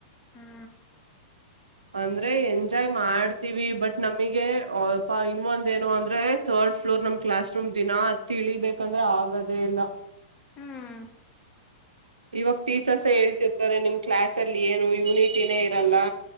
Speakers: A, on the left (about 25°); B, on the right (about 80°).
A: ಹ್ಞೂ
B: ಅಂದ್ರೆ ಎಂಜಾಯ್ ಮಾಡ್ತೀವಿ ಬಟ್ ನಮಗೆಪ ಇನ್ನೊಂದು ಏನು ಅಂದ್ರೆ ರ್ಡ್ ಫ್ಲೋರ್ ನಮ್ ಕ್ಲಾಸ್ ರೂಮ್ ದಿನಾ ತಿಳಿಬೇಕಂದ್ರೆ ಆಗದೇ ಇಲ್ಲ
A: ಹ್ಞೂ
B: ಇವಾಗ ಟೀಚರ್ಸ್
A: ಯಪ್ಪ
B: ಹೇಳ್ತಿರ್ತಾರೆ ನಿಮ್ ಕ್ಲಾಸ್ ಅಲ್ಲಿ ಏನು ಯೂನಿಟಿನೇ ಇರಲ್ಲ